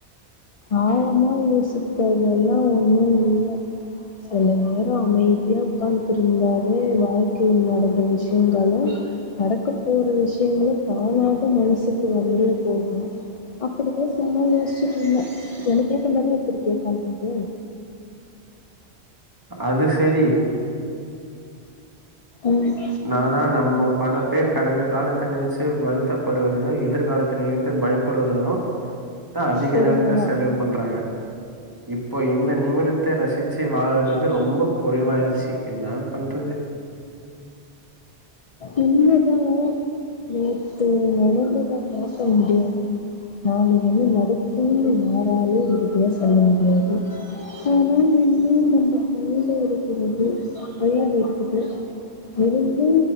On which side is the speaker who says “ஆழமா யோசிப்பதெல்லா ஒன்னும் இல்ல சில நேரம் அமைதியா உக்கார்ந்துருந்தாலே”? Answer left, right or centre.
Left